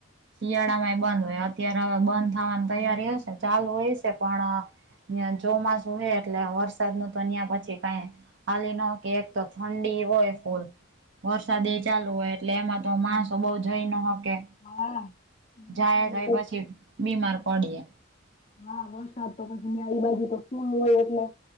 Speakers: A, on the right (about 55°); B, on the left (about 30°).
A: શિયાળામાં એ બંધ હોય. અત્યારે હવે બંધ થવાની તૈયારી હશે. ચાલુ હઈશે પણ ન્યાં ચોમાસું હે, એટલે વરસાદનું તો ન્યાં પછી કાંઈ હાલી હકે, એક તો ઠંડી હોય ફુલ. વરસાદ એઈ ચાલુ હોય. એટલે એમાં તો માણસો બહુ જઈ ન હકે.
B: હા. વરસાદ
A: જાઈએ તોય
B: ને
A: પછી બીમાર પડીએ.
B: હા. વરસાદ તો પછી, ન્યાં ઈ બાજુ તો ફૂલ હોય એટલે